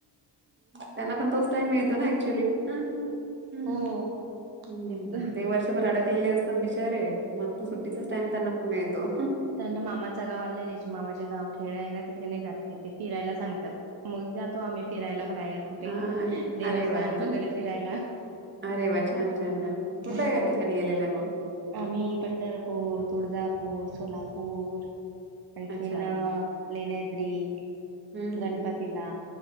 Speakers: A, on the right; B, on the right.
A: त्यांना पण तोच टाईम मिळतो ना ऍक्च्युली.. हम्म
B: हो तेच
A: ते वर्षभर अडकलेले अस <unintelligible> बिचारे मग सुट्टीचा टाम त्यांना पण मिळतो
B: त्यांना मामाच गावला नाय जायचं मामाचे गाव खेड आहे ना ते ते नाही जात ते फिरायला सांगतात मग जातो आम्ही फिरायला बाहेर कुठे
A: अ
B: देवस्थान
A: अरे वा हं,
B: वगैरे फिरायला..
A: अरे वा छान छान छान कुठल्या
B: हो
A: या ठिकाणी गेलेल्या मग
B: आम्ही पंढरपूर, तुळजापूर <unintelligible> सोलापूर आणखी
A: अच्छा
B: ना लेण्याद्री.
A: हम्म हम्म.
B: गणपतीला